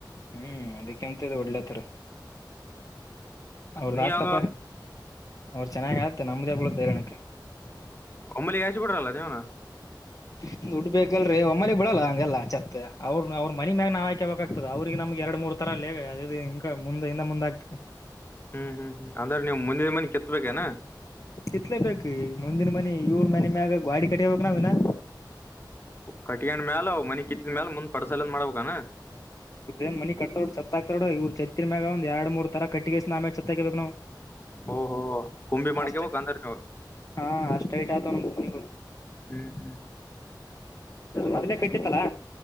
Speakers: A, on the left; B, on the left.
A: ಹ್ಮ್ ಅದಕ್ಕೆಂತ್ದ ಒಡಳ್ಳೇತರ ಅವ್ರದ
B: ನೀವಾಗ
A: ಆತಪ್ಪ. ಅವ್ರು ಚೆನ್ನಾಗ ಆತ್ತೆ ನಮ್ದೇ ಬೂಳತದ ಹೈರಾಣಕ್ಕ.
B: ಒಮ್ಮಲಿಗೆ ಹಾಶಿಬಿಡ್ರಲ್ಲ ನೀವುನು.
A: <inaudible> ದುಡ್ ಬೇಕಲ್ರಿ ಒಮ್ಮಾಲಿಗೆ ಬಿಡಲ್ಲ ಹಂಗೆಲ್ಲಚತ್ತುತ್ ಅವ್ರರು ಅವ್ರ ಮ್ಯಾಗ ನಾವ್ ಹಾಕ ಬಕ್ಗ್ತದ ಅವ್ರಿಗೆ ನಮ್ಗೆ ಎರಡ್ ಮೂರ್. ಏನೋ ಅಂತರಲ್ಲೇ ಅದ ಇದ ಹಿಂಗ ಮುಂದ ಹಿಂದ ಮುಂದೆ ಆಗ್ತ.
B: ಹ್ಮ್ ಹ್ಮ್ ಹ್ಮ್ ಅಂದ್ರೆ ನೀವು ಮುಂದಿನ ಮನಿ ಕೆತ್ಬೇಕೇನಾ.
A: ಕಿತ್ಲೇ ಬೇಕು ಮುಂದಿನ ಮನಿ ಇವರ್ ಮನೆ ಮ್ಯಾಗ ಗಾಡಿ ಕಟ್ಟಿಯಬೇಕಕ್ ನಾವ ಇನಾ.
B: ಕಟಿಗೆಂಡ ಮ್ಯಾಲ್ ಅವಗ ಮನಿ ಕಿತ್ತಿದ ಮ್ಯಾಲ ಮುಂದ್ ಪಡ್ಸಾಲಂದ ಮಾಡ್ಬೇಕನಾ.
A: ಇವ್ರದ ಏನೂ ಮನಿ ಕಟ್ಟತಾರ ನೂಡ ಚತ ಹಾಕ್ತರ ನೋಡ ಇವರ ಚತಿನ ಮ್ಯಾಗ ಒಂದ ಎರಡ್ ಮೂರ್. ಥರ ಕಟ್ಟಿಗೆಸಿಂದ ಆಮೇಲೆ ಚತ್ ಆಕೆ ಬೇಕುನಾವು
B: ಓಹೋ ಕುಂಬಿ ಮಾಡ್ಕೇಬೇಕ್
A: ಅಷ್ಟೇ.
B: ಅಂದ್ರ ನೀವು
A: ಹಾ ಅಷ್ಟ ೈಟ್ ಆಯತು ನಮ್ಮ ಭೂಮನಿಗಳು
B: ಹ್ಮ್ ಹ್ಮ್
A: ಮದ್ೇ ಕಟ್ಟಿತ್ತಲಾ